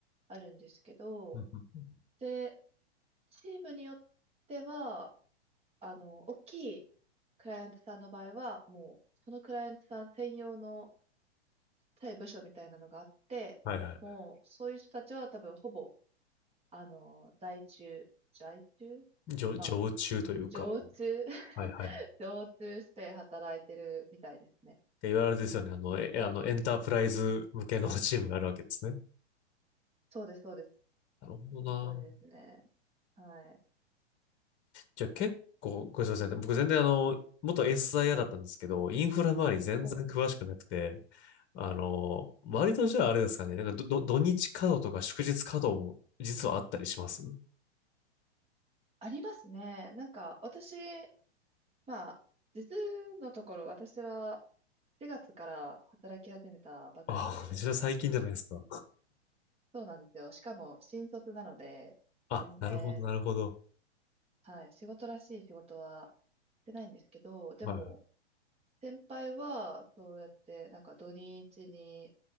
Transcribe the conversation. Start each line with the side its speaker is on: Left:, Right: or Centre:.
Right: あるんですけど、
Left: うんうん
Right: で、チームによっては、あの、大きいクライアントさんの場合は、もう、そのクライアントさん専用のちっちゃい部署みたいなのがあって、
Left: はいはい
Right: もう、そういう人たちは多分、ほぼ、あの、在中、在中
Left: 常常駐というか、
Right: まあ、常駐、
Left: もう、
Right: <laughs>
Left: はいはい。っ
Right: 常駐して働いてるみたいですね。
Left: ていわゆるですよね。あの、えあのエンタープライズ向けのチームがあるわけですね。
Right: そうです、そうです。
Left: なるほどな。
Right: その通りですね。はい。
Left: じゃあ結構、ごめんなさい。僕全然あの、元 SIA だったんですけど、インフラ周り全然詳しくなくて、
Right: お、
Left: あの、割とじゃああれですかね、なんかどど土日稼働とか祝日稼働も実はあったりします
Right: ありますね。なんか、私、まあ、実のところ、私は、4月から働き始めたばかりで、
Left: ああ、めちゃ最近じゃないですか。
Right: そうなんですよ。しかも新卒なので、
Left: あ、
Right: 全然、
Left: なるほど、なるほど。
Right: はい、仕事らしい仕事はしてないんですけど、でも、
Left: はい。
Right: 先輩は、そうやって、なんか土日に、